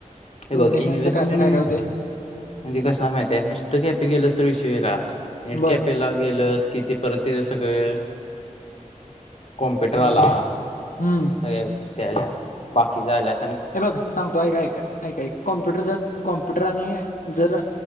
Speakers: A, on the left; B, on the left.
A: हे बघ
B: इन्व्हेस्टमेंटचं
A: इन्व्हेस्टमेंट
B: काय असं काय काय होते
A: म्हणजे कसय माहितीय काय. नुसतं कॅपी केल तर विषय वेगळा नेटकॅपेला
B: बर
A: गेलस कि, ते परत तिथे सगळं क कॉम्प्युटर
B: हा
A: आला,
B: हम्म
A: त्यां सगळे त्या आल्या बाकीच्या झाल्या
B: हे बघ सांगतो, ऐक, ऐक ऐक ऐक कॉम्प्युटर जर कॉम्प्युटर आणि जर